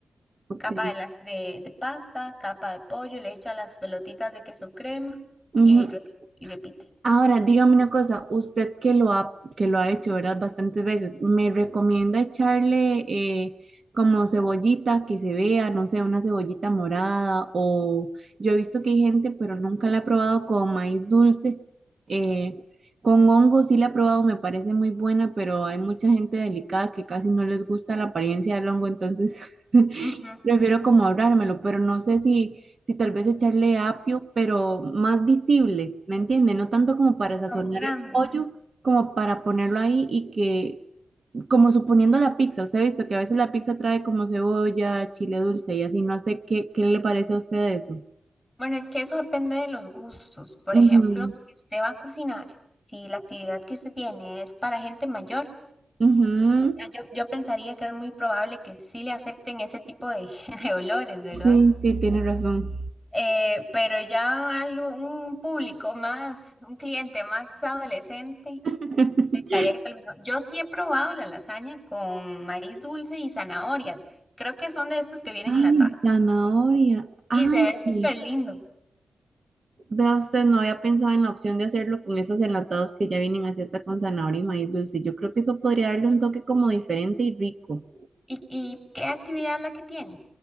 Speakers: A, on the right; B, in the centre.
A: ok.
B: capa de, las, de, de pasta, capa de pollo, le echa las pelotitas de queso crema
A: Ujú,
B: y, repi- y repite.
A: Ahora, dígame una cosa, usted que lo ha, que lo ha hecho, ¿verdad? Bastantes veces, ¿me recomienda echarle eh, como cebollita que se vea, no sé, una cebollita morada? O yo he visto que hay gente, pero nunca la he probado con maíz dulce. eh, con hongo sí la he probado, me parece muy buena, pero hay mucha gente delicada que casi no les gusta la apariencia del hongo, entonces <laughs>
B: Ujú.
A: prefiero como ahorrármelo, pero no sé si si tal vez echarle apio, pero más visible, ¿me entiende? No tanto como para sazonar
B: Como grande.
A: el pollo, como para ponerlo ahí y que, como suponiendo la pizza, usted ha visto que a veces la pizza trae como cebolla, chile dulce y así, no sé qué, qué le parece a usted eso.
B: Bueno, es que eso depende de los gustos. Por ejemplo,
A: Ujú,
B: si usted va a cocinar, si la actividad que usted tiene es para gente mayor,
A: ujú.
B: ya yo, yo pensaría que es muy probable que sí le acepten ese tipo de, <laughs> de olores, ¿verdad?
A: Sí, sí, tiene razón.
B: Eh, pero ya algo, un público más, un cliente más adolescente,
A: <laughs>
B: estaría que tal vez no. Yo sí he probado la lasaña con maíz dulce y zanahoria. Creo que son de estos que vienen
A: Ay,
B: enlatados.
A: zanahoria. Ay,
B: Y se ve súper
A: sí.
B: lindo.
A: Vea usted, no había pensado en la opción de hacerlo con esos enlatados que ya vienen así hasta con zanahoria y maíz dulce. Yo creo que eso podría darle un toque como diferente y rico.
B: ¿Y, y qué actividad es la que tiene?